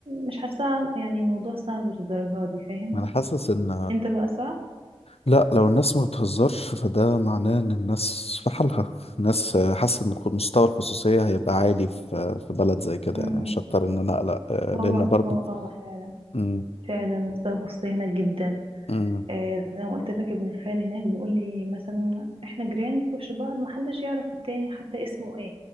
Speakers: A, on the right; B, on the left.
A: مش حاسة يعني موضوع صعب للدرجة دي فاهم
B: أنا حاسس إن
A: انت بقى صعب
B: لا لو الناس ما بتهزرش فده معناه ان الناس في حالها الناس آه، حاسه ان خ- مستوى الخصوصيه هيبقى عالي في في بلد زي كده
A: م-
B: يعني مش
A: م.
B: هضطر ان انا اقلق آه،
A: هو
B: لان برضه
A: هو اه فعلا
B: امم
A: فعلا مستوى الخصوصية هناك جدا
B: امم
A: آه، زي ما قلت لك ابن خالي هناك بيقول لي مثلا احنا جيران في وش بعض محدش يعرف التاني حتى اسمه ايه